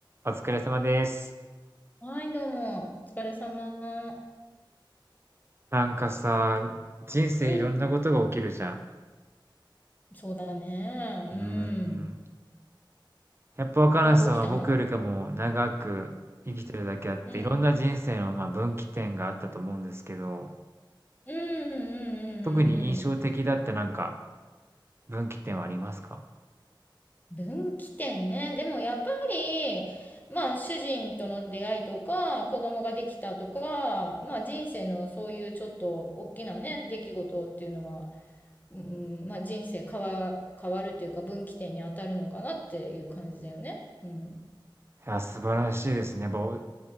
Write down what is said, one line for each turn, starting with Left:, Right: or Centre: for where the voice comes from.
Right: お疲れ様です。
Left: はい、どうも。お疲れ様。
Right: なんかさ、人生いろんなことが起きるじゃん。
Left: うん。そうだね。うん。
Right: うーん。やっぱ若菜さんは僕よりかも長く生きてるだけあって、
Left: なんか起きたのうん。うん。
Right: いろんな人生のまあ分岐点があったと思うんですけど、
Left: うんうんうんうんうんうん
Right: 特に印象的だったなんか分岐点はありますか
Left: 分岐点ね。でもやっぱり、まあ主人との出会いとか、子供ができたとか、まあ人生のそういうちょっと大きなね、出来事っていうのは、うん、まあ人生変わ、変わるっていうか分岐点に当たるのかなっていう感じだよね。うん。
Right: いや、素晴らしいですね。やっぱお